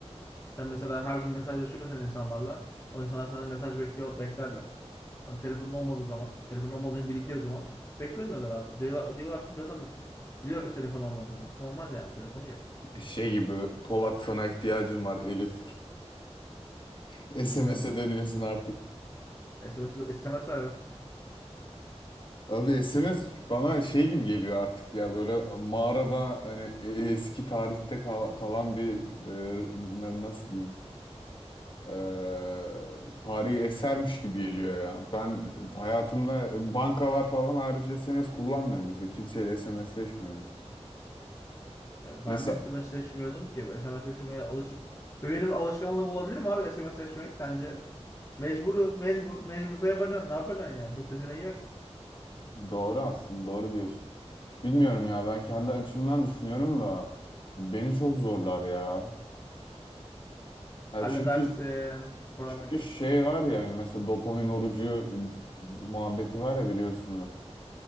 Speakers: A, on the left; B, on the left.
A: Sen mesela her gün mesajlaşıyorsan insanlarla o insanlar senden mesaj bekliyor, beklerler. Hani telefonun olmadığı zaman, telefonun olmadığını bildikleri zaman beklemiyorlar abi. Diyorlar, diyorlar ki zaten biliyoruz telefon olmadığını. Normal yani telefonu yok.
B: Şey gibi Polat sana ihtiyacım var Elif. <laughs> SMS'e
A: Bilmiyorum onu
B: dönüyorsun
A: ya.
B: artık.
A: SMS, SMS var evet.
B: Abi SMS bana şey gibi geliyor artık ya böyle mağarada hani e- eski tarihte kal- kalan bir e, nasıl diyeyim eee tarihi esermiş gibi geliyor ya. Ben hayatımda bankalar falan harici SMS kullanmıyorum mesela. Kimseyle SMSleşmiyorum.
A: Ya ben
B: Mesela
A: de SMSleşmiyordum ki. SMSleşmeye alışık. Ve benim alışkanlığım olabilir mi abi SMSleşmek sence? Mecburu, mecbur. Mecbursa yapacaksın. Ne yapacaksın yani? Çok seçeneği yok.
B: doğru aslında doğru diyorsun. Bilmiyorum ya ben kendi açımdan düşünüyorum da beni çok zorlar ya. Ha,
A: Halledersin.
B: çünkü
A: Problem
B: çünkü
A: yok.
B: şey var ya hani mesela dopamin orucu e, muhabbeti var ya biliyorsunuz.